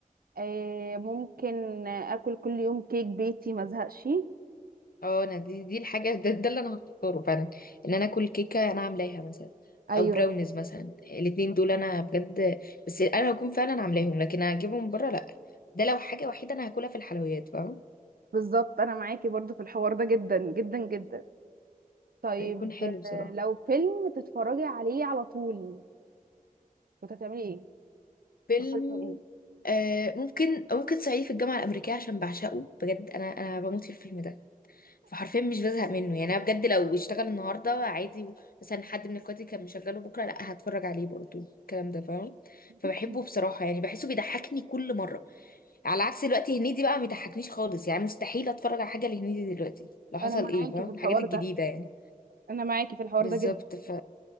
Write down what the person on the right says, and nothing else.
آه ممكن اكل كل يوم كيك بيتي ما ازهقش
ايوه
بالظبط انا معاكي برضو في الحوار ده جدا جدا جدا طيب
آه، لو فيلم تتفرجي عليه على طول كنت هتعملي ايه؟
تختاري فيلم
ايه؟
انا معاكي
في الحوار
ده
انا معاكي في الحوار
ده جدا